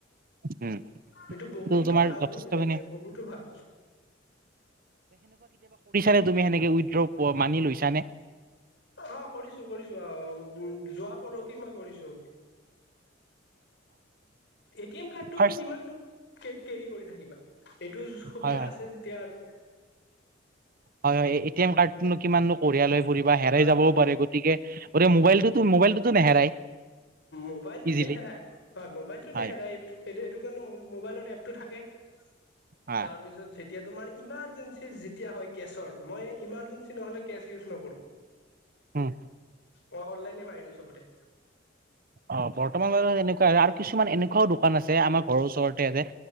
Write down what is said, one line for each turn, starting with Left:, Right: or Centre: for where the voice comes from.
Right: উম
Left: এইটো বহুতো
Right: ত' তোমাৰ
Left: ভাল
Right: যথেষ্টখিনি
Left: সুবিধা দিছে বহুতো ভাল
Right: নে তুমি সেনেকে উইড্ৰ মানি লৈচা নে?
Left: অ কৰিছো কৰিছো আহ উ যোৱা পৰহি মই কৰিছো। এটি এম কাৰ্ডটো
Right: ফাৰ্ষ্ট
Left: আৰু কিমান কেৰি কৰি থাকিবা। এইটো সুবিধা
Right: হয় হয়
Left: আছে যেতিয়া আৰু
Right: হয় হয় এ টি এম কাৰ্ডটো কিমাননো কঢ়িয়াই লৈ ফুৰিবা হেৰাই
Left: হয়
Right: যাবও পাৰে গতিকে গ মোবাইলটোতো মোবাইলটোতো নেহেৰাই
Left: মোবাইলতটো
Right: ইজিলি
Left: নেহেৰাই হয় মোবাইলটো
Right: হয়
Left: নেহেৰাই এইটো এইটো মই মবাইলত এপটো থাকে তাৰপিছত
Right: হয়
Left: যেতিয়া তোমাৰ ই ' ইমাৰজেঞ্চ যেতিয়া হ‌য় কেজৰ মই ইমাৰ্জেঞ্চি নহলে কেজ ইউচ নকৰো।
Right: উম!
Left: অই অনলাইনে মাৰি দিওঁ চবতে।
Right: অ বৰ্তমান তেনেকুৱা আৰু কিছুমান এনেকুৱাও দোকান আছে আমাৰ ঘৰৰ ওচৰতে আছে